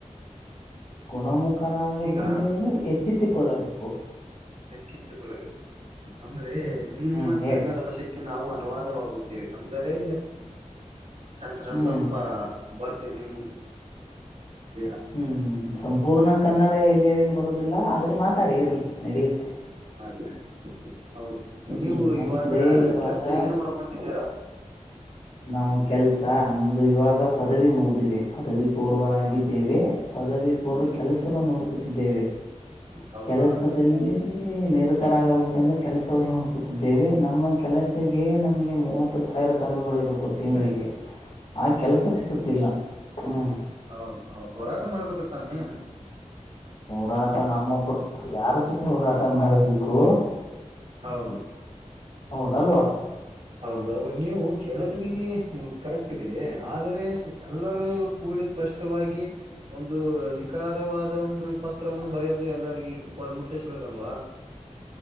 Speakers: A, on the left; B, on the right.
A: ಗುಣಮುಖರಾಗೋಕ್ಕಿಂತ
B: ಈಗ
A: ಏನು ಎಚ್ಚೆತ್ತಕೊಳ್ಳಬೇಕು
B: ಹೆಚ್ಚಿತ್ತುಕೊಳ್ಳಬೇಕದು ಅಂದ್ರೆ ನಿಮ್ಮ
A: ಹ್ಞೂ ಹೇಳಿ
B: ಕನ್ನಡ ಭಾಷಕ್ಕೆ ನಾವು ಅನುವಾದವಾಗುತ್ತೇವೆ ಅಂದರೆ ಸ್ವಲ್
A: ಹ್ಞೂ
B: ಸ್ವಲ್ಪ ಬರ್ತೆೇ ನಿಮ್ಗೆ ಬೇಡ
A: ಹ್ಮ್್ಮ ಸಂಪೂರ್ಣ ಕನ್ನಡ ಎಲ್ಲಿಯರಿಗೆ ಬರೋದಿಲ್ಲ ಆದ್ರರೆ ಮಾತಾಡಿ ಇರಲಿ ನಡೆಯುತ್ತೆ
B: ಮಾತಾರೆ ಹೌದು
A: ಹ್ಮ್
B: ನೀವು ಇವಾಗ
A: ಅಂದ್ರೆ ಇವಾಗ
B: ಕೆಲ್ಸ ಏನ್ ಮಾಡ್ಕಂದಿದ್ದೀರಾ
A: ನಾವು ಕೆಲಸ ನಮ್ಮದು ಇವಾಗ ಪದವಿ ಮುಗಿದಿವೆ ಪದವಿ ಪೂರ್ವರಾಗಿದ್ದೇವೆ ಪದವಿ ಪೂರ್ವ
B: ಸತೀಶ್
A: ಕೆಲಸವನ್ನು ನೋಡ್ಕತಿದ್ದೇವೆ
B: ಹೌದಾ
A: ಕೆಲಸದಲ್ಲಿ ನಿರ ಆಗಬೇಕೆಂದು ಕೆಲಸವನ್ನು ಹುಡುಕುತ್ತಿದ್ದೇವೆ ನಮ್ಮ ಕೆಲಸಗೆ ನಮಗೆ ಮೂವತ್ತು ಸಾವಿರ ಸಂಭಗಳು ಬೇಕು ತಿಂಗಳಿಗೆ ಆ ಕೆಲಸ ಸಿಗುತ್ತಿಲ್ಲ ಹ್ಮ್
B: ಹೌದದು ಹೋರಾಟ ಮಾಡ್ಬೇಕು ತಾನೇ
A: ಹೋರಾಟ ನಮ್ಮ ಯಾರ ಜೊತೆ ಹೋರಾಟ ಮಾಡಬೇಕು
B: ಹೌದು
A: ಹೌದಲ್ವಾ
B: ಹೌದು ಬರೋಬರಿ ನೀವು ಲ್ಲಿ ಕರೆಕ್ಟ್ ಇದೆ ಆದರೆ ಎಲ್ಲರೂ ಕೂಡಿ ಸ್ಪಷ್ಟವಾಗಿ ಒಂದು ನಿಖಾರವಾದ ಒಂದು ಪತ್ರವನ್ನು ಬರೆಯೋದು ಹೆಲ್ರಿಜ್ ಕಡ ಮುಟ್ಟಿಸಬೇಕಲ್ವಾ